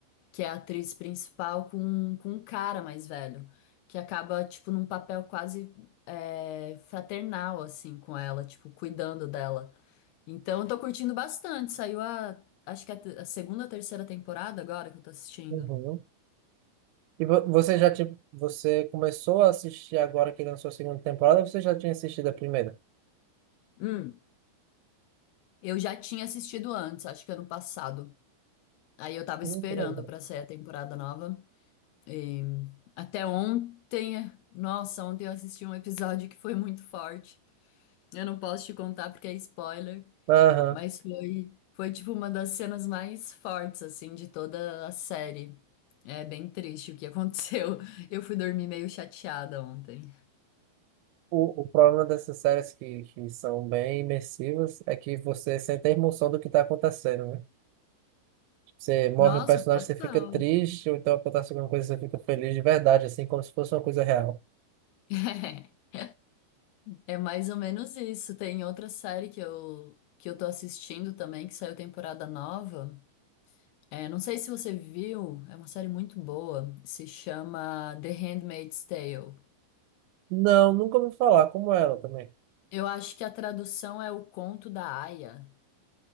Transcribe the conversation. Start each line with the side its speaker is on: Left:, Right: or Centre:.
Left: que é a atriz principal, com, com um cara mais velho, que acaba, tipo, num papel quase é, fraternal, assim, com ela, tipo, cuidando dela. Então, eu tô curtindo bastante. Saiu a, acho que é a, te- a segunda, ou terceira temporada agora que eu tô assistindo.
Right: Uhum. E vo- você já tipo, você começou a assistir agora que lançou a segunda temporada, ou você já tinha assistido a primeira?
Left: Hum, eu já tinha assistido antes, acho que ano passado. Aí eu tava
Right: Hum,
Left: esperando
Right: que legal.
Left: pra sair a temporada nova. E até ontem, nossa, ontem eu assisti um episódio que foi muito forte. Eu não posso te contar porque é spoiler,
Right: Aham.
Left: mas foi, foi tipo uma das cenas mais fortes assim de toda a série. É bem triste o que <laughs> aconteceu. Eu fui dormir meio chateada ontem.
Right: O, o problema dessas séries que, que são bem imersivas é que você sente a emoção do que está acontecendo, né? Você morre
Left: Nossa,
Right: um personagem,
Left: total.
Right: você fica triste, ou então acontece alguma coisa, você fica feliz de verdade, assim, como se fosse uma coisa real.
Left: <laughs> É mais ou menos isso. Tem outra série que eu que eu tô assistindo também que saiu temporada nova. É, não sei se você viu, é uma série muito boa, se chama The Handmaid's Tale.
Right: Não, nunca ouvi falar, como ela também.
Left: Eu acho que a tradução é O Conto da Aia.